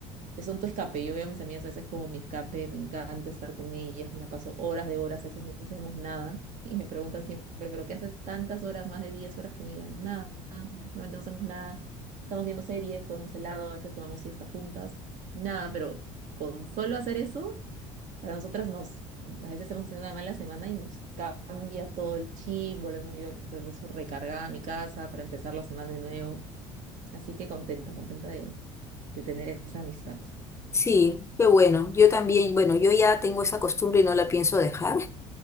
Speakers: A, on the right; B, on the left.
A: son tu escape. Yo veo a mis amigas a veces como mi escape, me encanta estar con ellas, me la paso horas de horas, a veces no hacemos nada y me preguntan siempre, ¿pero qué haces tantas horas, más de 10 horas con ellas? Nada, realmente no hacemos nada. Estamos viendo series, comemos helado, a veces tomamos siestas juntas, nada, pero con solo hacer eso, para nosotras nos, a veces hemos tenido una mala semana y nos cambia todo el chip, volvemos yo regreso recargada a mi casa para empezar la semana de nuevo. Así que contenta, contenta de, de tener esa amistad.
B: Sí, qué bueno. Yo también, bueno, yo ya tengo esa costumbre y no la pienso dejar.